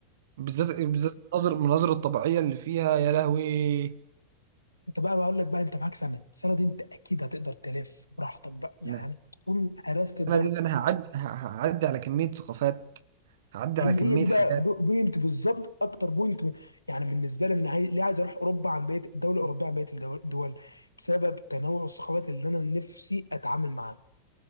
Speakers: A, on the right; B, on the left.
A: بالذات بالذات المناظر المناظر الطبيعيه اللي فيها يا لهوي
B: انت بقى بقول لك بقى انت معاك سنه السنه دي انت اكيد هتقدر تلف براحتك بقى يعني
A: انا
B: هتكون هرست الدوله
A: أنا دي ده انا هعدي ه- هعدي على كميه ثقافات هعدي
B: هي
A: على كميه
B: هي دي
A: حاجات
B: بقى بو- بوينت بالظبط اكتر بوينت ب- يعني بالنسبه لي ان عاي- ليه عايز اروح اوروبا عن بقيه الدوله الاوروبيه عن بقيه الدول بسبب تنوع الثقافات اللي انا نفسي اتعامل معاها